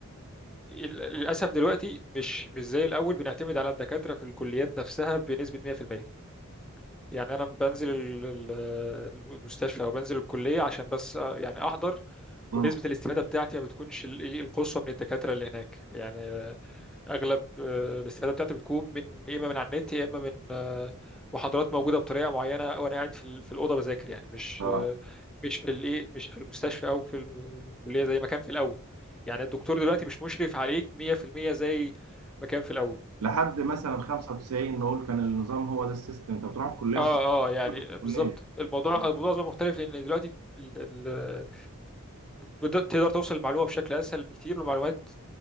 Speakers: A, in the centre; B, on the right (about 80°).
A: ال- للاسف دلوقتي مش مش زي الاول بنعتمد على الدكاتره في الكليات نفسها بنسبه 100% يعني انا بنزل ال- ال- المستشفى او بنزل الكليه عشان بس آه، يعني احضر
B: امم
A: ونسبه الاستفاده بتاعتي ما بتكونش ال- إيه، القصوى من الدكاتره اللي هناك يعني اغلب آه، الاستفاده بتاعتي بتكون من يا اما من على النت يا اما من آه، محاضرات موجوده بطريقه معينه او انا قاعد في ال- في الاوضه بذاكر يعني مش
B: اه
A: آه، مش في الايه مش في المستشفى او في الم- الكليه زي ما كان في الاول يعني الدكتور دلوقتي مش مشرف عليك 100% زي ما كان في الاول
B: لحد مثلا 95 نقول كان النظام هو ده السيستم انت بتروح الكليه
A: اه
B: وبتتعلم
A: اه يعني
B: طب في الكليه
A: بالظبط الموضوع
B: اه
A: الموضوع أصبح مختلف لان دلوقتي ال- ال- بد- تقدر توصل المعلومه بشكل اسهل بكتير والمعلومات